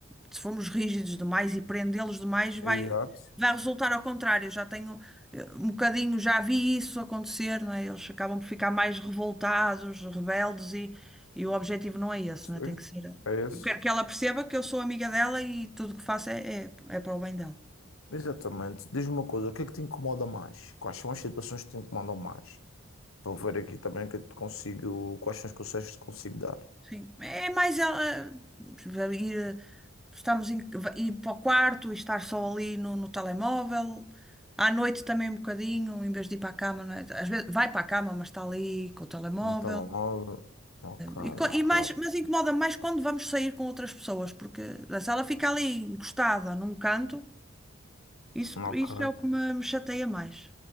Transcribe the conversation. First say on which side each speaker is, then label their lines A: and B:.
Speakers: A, in the centre; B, on the left.
A: se formos rígidos demais e prendê-los demais, vai,
B: exato.
A: vai resultar ao contrário. Eu já tenho eh, um bocadinho, já vi isso acontecer, não é? Eles acabam por ficar mais revoltados, rebeldes, e, e o objetivo não é esse,
B: Sim,
A: não é? Tem que ser. eh,
B: é isso.
A: Eu quero que ela perceba que eu sou amiga dela e tudo o que faço é, é, é para o bem dela.
B: Exatamente. Diz-me uma coisa, o que é que te incomoda mais? Quais são as situações que te incomodam mais? Para eu ver aqui também o que é que te consigo, quais são os conselhos que te consigo dar.
A: Sim, é mais ela vai ir, eh, estamos em, vai ir para o quarto e estar só ali no, no telemóvel. À noite também um bocadinho, em vez de ir para a cama, não é? Às vezes vai para a cama, mas está ali com o telemóvel.
B: No telemóvel. Ok,
A: E, co- e
B: ok.
A: mais, mas incomoda mais quando vamos sair com outras pessoas, porque eh, se ela fica ali encostada num canto, isso,
B: Ok,
A: isso é o que me, me chateia mais.